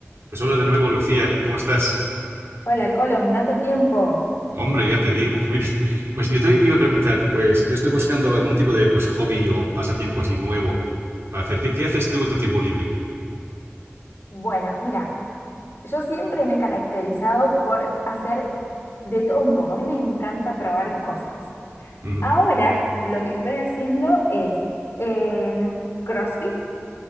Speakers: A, on the right (about 60°); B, on the left (about 55°).
A: Pues hola de nuevo, Lucía, ¿cómo estás?
B: Hola, Colom, tanto tiempo.
A: Hombre, ya te digo, pues mira, <laughs> pues yo te iba a preguntar, pues yo estoy buscando algún tipo de pues hobby o pasatiempo así nuevo para hacer. ¿Qué, qué haces tú en tu tiempo libre?
B: Bueno, mira, yo siempre me he caracterizado por hacer de todo un poco. A mí me encanta probar cosas.
A: Ujú.
B: Ahora lo que estoy haciendo es eh, CrossFit,